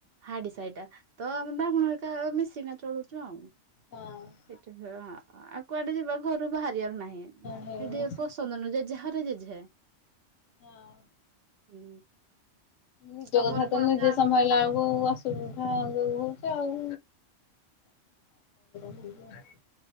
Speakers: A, on the right (about 60°); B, on the left (about 80°).
A: ହାଡି ସାଇଟା ତ ଆମେ ବ୍ରାହ୍ମଣ ହେରିକା ମିଶିକିନା ଚଳୁଛୁ ଆଉ
B: ହଁ।
A: ଏଠି ଘର ଆ ଆଉ କୁଆଡେ ଯିବା ଘରୁ ବାହାରିଆର ନାହିଁ ସେଠି
B: ହଁ ମିଶି
A: ପୋସ ସନ୍ଦନ ଅନୁଯାଇ ଯାହାର ଯେଝା।
B: ହଁ।
A: ହୁଁ।
B: ନିଜ
A: ତମର
B: କଥା
A: କଣ
B: ତ ନିଜେ
A: କାମ
B: ସମ୍ଭାଳିଲା ବେଳକୁ ଅସୁବିଧା ଯୋଉ ହଉଛି ଆଉ <inaudible>